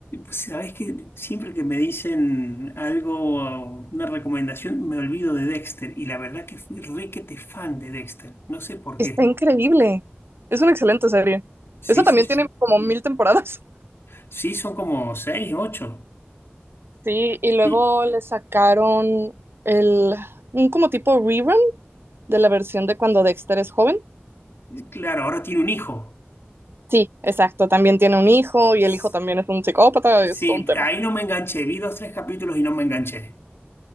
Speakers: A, on the left (about 70°); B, on the right (about 65°).
A: ¿Sabés que siempre que me dicen algo, una recomendación, me olvido de Dexter? Y la verdad que fui requete fan de Dexter. No sé por qué.
B: Está increíble, es una excelente serie.
A: Sí,
B: Eso también
A: sí, sí.
B: tiene como mil temporadas.
A: Sí, son como seis, ocho.
B: Sí, y luego
A: Y
B: le sacaron el, un como tipo rerun de la versión de cuando Dexter es joven
A: claro, ahora tiene un hijo.
B: Sí, exacto. También tiene un hijo
A: S-
B: y el hijo también es un psicópata,
A: Sí,
B: es todo un tema.
A: ahí no me enganché. Vi dos, tres capítulos y no me enganché.